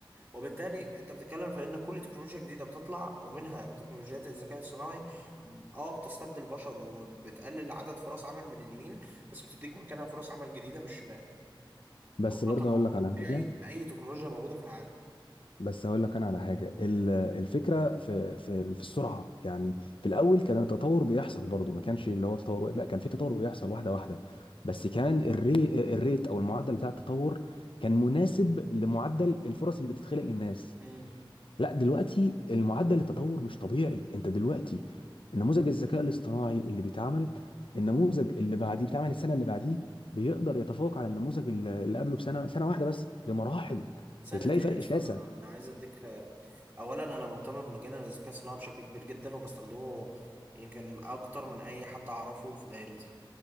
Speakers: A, on the right (about 30°); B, on the left (about 80°).
A: وبالتالي انت بتتكلم في ان كل تكنولوجيا جديده بتطلع ومنها تكنولوجيات الذكاء الصناعي اه بتستبدل البشر وبتقلل عدد فرص عمل من اليمين بس بتديك مكانها فرص عمل جديده من الشمال
B: بس
A: وده
B: برضه
A: التطور
B: هقول لك
A: الطبيعي
B: على حاجه
A: لاي تكنولوجيا موجوده في العالم
B: بس هقول لك انا على حاجه ال- الفكره في في في السرعه يعني في الاول كان التطور بيحصل برضه ما كانش اللي هو تطور واقف لا كان في تطور بيحصل واحده واحده بس كان الري الريت او المعدل بتاع التطور كان مناسب لمعدل الفرص اللي بتتخلق للناس
A: امم
B: لا دلوقتي المعدل التطور مش طبيعي انت دلوقتي نموذج الذكاء الاصطناعي اللي بيتعمل النموذج اللي بعديه بيتعمل السنه اللي بعديه بيقدر يتفوق على النموذج اللي اللي قبله بسنه سنه واحده بس بمراحل
A: سنة
B: بتلاقي
A: ايه
B: فرق
A: يا اسطى
B: شاسع
A: انا انا عايز اديك اولا انا مهتم بمجال الذكاء الصناعي بشكل كبير جدا وبستخدمه يمكن اكتر من اي حد اعرفه في دايرتي